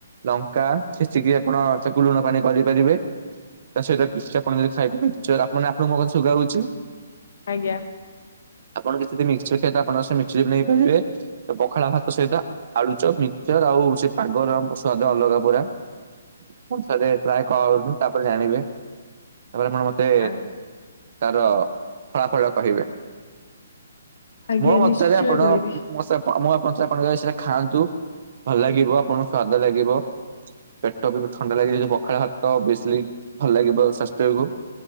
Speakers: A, on the right (about 40°); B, on the left (about 55°).
A: ଲଙ୍କା ଛେଚିକି ଆପଣ ତାକୁ ଲୁଣ ପାଣି କରିପାରିବେ ତା ସହିତ କିଛି ଆପଣ ଯ ଖାଇିବେ <unintelligible> ଆପଣଙ୍କ ମୋ ସୁଗାର ହଉଛି?
B: ଆଜ୍ଞା
A: ଆପଣ କିଛି ଯଦି ମିକ୍ସଚର ଖିଆ ଆପଣଙ୍କ ମିକ୍ଚର ବି ନେଇପାରିବେ ତ ପଖାଳ ଭାଗ ସହିତ ଆଳୁଚପ ମିକ୍ସଚର ଆଉ ସେ ପାଗର ସ୍ୱାଦ ଅଲଗା ପୁରା। ପୁଣି ଥରେ ଟ୍ରାଏ କଅନ୍ତୁ ତାପରେ ଜାଣିବେ। ତାପରେ ଆପଣ ମତେ
B: ଆ
A: ତାର ଫଳାଫଳ କହିବେ।
B: ଆଜ୍ଞା
A: ମୋ ମତରେ
B: ନିଶ୍ଚୟ
A: ଆପଣ
B: କହିବି।
A: ମୋ ସ ଆପଣ ମୋ ଆପ ଆପଣ ଯଦି ସେଟା ଖାଆନ୍ତୁ ଭଲ ଲାଗିବ ଆପଣଙ୍କୁ ସ୍ଵାଦ ଲାଗିବ ପେ ଟ ଥଣ୍ଡା ଲାଗବ ପଖାଳ ଭାତ ବେଶିଲ ଭଲ ଲାଗିବ ସ୍ୱାସ୍ଥ୍ୟକୁ